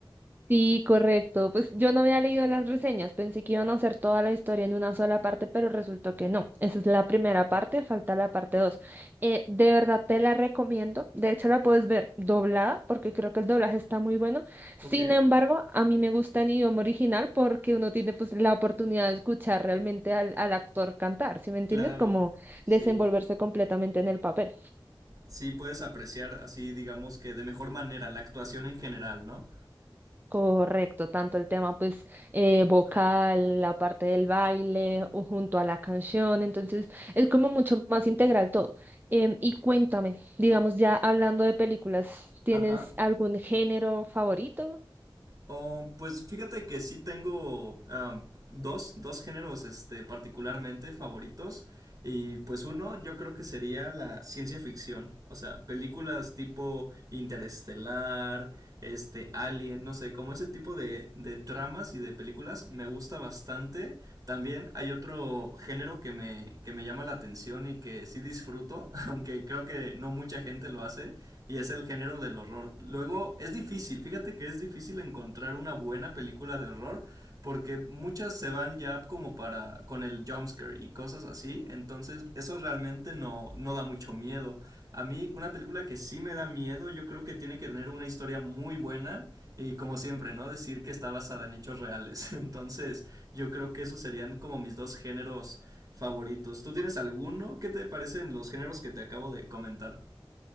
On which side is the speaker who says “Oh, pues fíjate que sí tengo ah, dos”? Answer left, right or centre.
Right